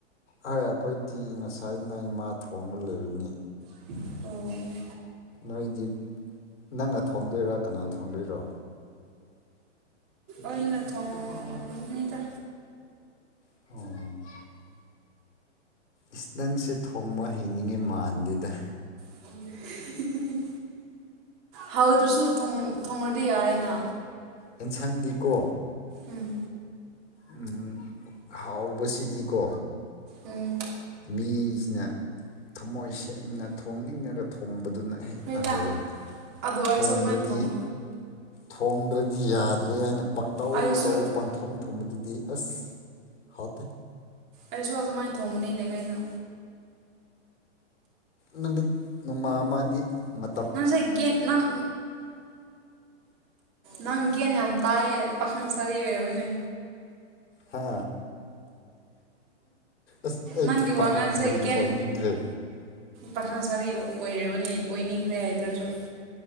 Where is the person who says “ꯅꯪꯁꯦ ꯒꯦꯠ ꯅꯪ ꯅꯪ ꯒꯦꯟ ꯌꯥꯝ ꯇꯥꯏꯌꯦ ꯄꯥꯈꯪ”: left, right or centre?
Right